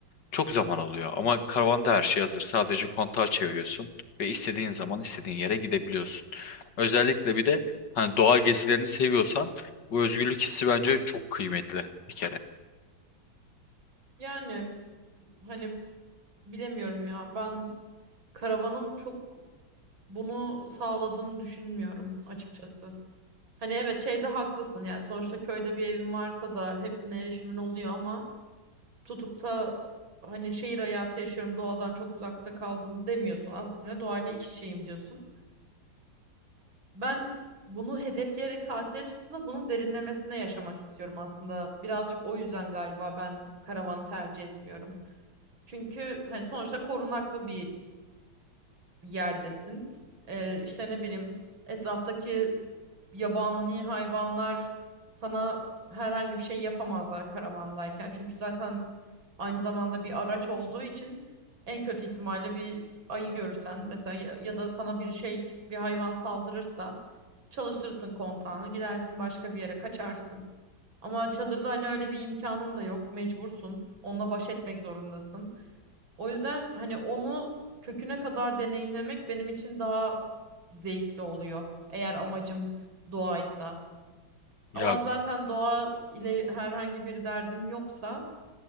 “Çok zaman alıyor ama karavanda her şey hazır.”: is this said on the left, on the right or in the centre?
Left